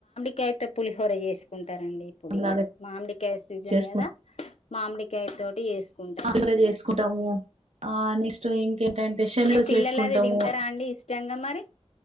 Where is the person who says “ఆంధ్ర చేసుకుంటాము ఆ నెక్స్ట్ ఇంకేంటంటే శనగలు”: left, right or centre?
Right